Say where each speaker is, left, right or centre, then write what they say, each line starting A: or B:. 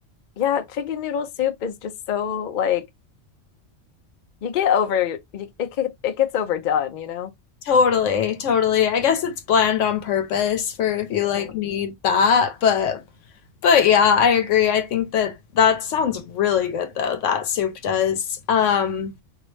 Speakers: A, on the left; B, on the left.
A: yeah, chicken noodle soup is just so like you get over you, it get- it gets overdone, you know?
B: Totally, totally. I guess it's bland on purpose for if you
A: Mhm.
B: like need that, but but yeah, I agree. I think that that sounds really good though. That soup does. Um